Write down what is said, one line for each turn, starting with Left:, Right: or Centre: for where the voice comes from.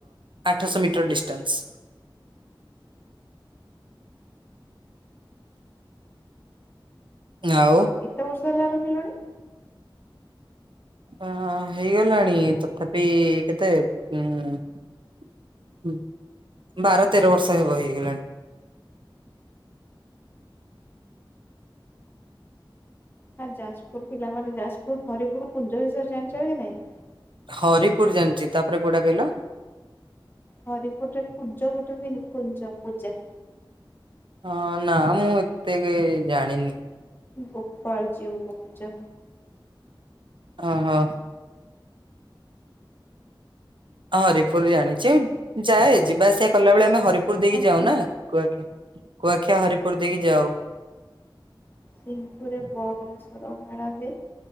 Right: ଆଠଶହ ମିଟର ଡିଷ୍ଟାନସ୍। ଆଉ।
Left: କେତ ବର୍ଷ ହେଲା ରହିଲଣି?
Right: ହଁ ହେଇଗଲାଣି ତଥାପି କେତେ <unintelligible> ହୁଁ ବାର ତେର ବର୍ଷ ହେବ ହେଇଗଲାଣି।
Left: ହଁ ଯାଜପୁର ପିଲାମାନେ ଯାଜପୁର ହରିପୁର କୁଞ୍ଜ ବିଷୟରେ ଜାଣିଚ କି ନାଇଁ?
Right: ହରିପୁର ଜାଣିଚି ତାପରେ କୋଉଟା କହିଲ?
Left: ହରିପୁରରେ ପୂଜ ଗୋଟେ ହୁଏନି କୁଞ୍ଜ ପୂଜା।
Right: ହଁ ନା ମୁଁ ଏତେ କେ ଜାଣିନି।
Left: ଗୋପଳ ଜିଉଙ୍କୁ ପୂଜା।
Right: ଅହୋ। ହରିପୁର ବି ଜାଣିଚି ଯାଏ ଯିବା ଆସିବା କଲା ବେଳେ ଆମେ ହରି ପୁର ଦେଇକି
Left: ଆଉ
Right: ଯାଉ
Left: ସି ହଁ।
Right: ନା କୁଆଖିଆ-କୁଆଖିଆ ହରିପୁର ଦେଇକି ଯାଉ।
Left: ସିଂପୁରରେ ବଣେଶ୍ୱର ମେଳା ହୁଏ।